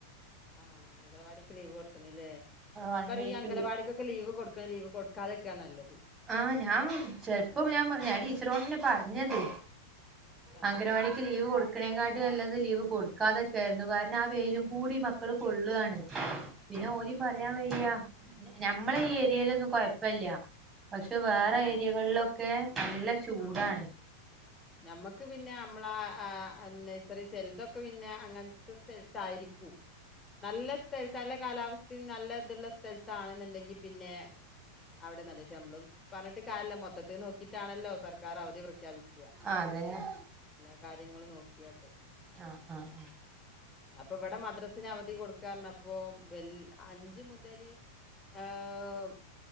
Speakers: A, on the left; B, on the right.
A: ആഹ് അംഗലവാടിക്ക് ലീവ് കൊടുത്തണല്ലേ ഞാൻ
B: വൺ
A: പറയണ്
B: വീക്ക്
A: ഈ അംഗലവാടി
B: ലീവ്
A: ക്ക് ലീവ് കൊടുക്കുക ലീവ് കൊടുക്കാതൊക്കെയാ നല്ലത്
B: ആഹ് ഞാൻ ചിലപ്പോ ഞാൻ ഞാ ടീച്ചറോടെന്ന് പറഞ്ഞത്
A: ആഹ്
B: അംഗനവാടിക്ക് ലീവ് കൊടു ക്കണേക്കാട്ടി നല്ലത് ലീവ് കൊടുക്കാതൊക്കെ ആയിരുന്നു കാരണം ആ വെയിലും കൂടി മക്കള് കൊള്ളുകാണ് പിന്നെ
A: ആഹ്
B: ഓലെയും പറയാൻ
A: അതെ
B: വയ്യ ഞമ്മളെ
A: ആഹ്
B: ഈ ഏരിയയിലൊന്നും കൊഴപ്പവില്ല പക്ഷെ വേറെ
A: ആഹ് അതാണ്
B: ഏരിയകളിലൊക്കെ നല്ല ചൂടാണ്
A: ആഹ് ഞമ്മക്ക് പിന്നെ നമ്മള് ആ നഴ്സറി ചെലൊതൊക്കെ പിന്നെ അങ്ങനത്തെ സ്ഥലത്ത് ആയിരിക്കും നല്ല സ്ഥലത്ത് നല്ല കാലാവസ്ഥയും നല്ല ഇതുള്ള സ്ഥലത്താണെന്നുണ്ടെങ്കിൽ പിന്നെ അവിടെ നല്ല ശമ്പളം പറഞ്ഞിട്ട് കാരിയമില്ല മൊത്തത്തിൽ നോക്കിയിട്ടാണല്ലോ സർക്കാർ അവധി പ്രഖ്യാപി ക്കുക
B: ആഹ് അതന്നെ
A: എല്ലാ കാര്യങ്ങളും നോക്കിയട്ട്
B: ആഹ് ആഹ്
A: അപ്പൊ ഇവിടെ മദ്രസിന് അവധി കൊടുക്കാ പറഞ്ഞപ്പോ വെ അഞ്ച് മുതൽ ഏഹ്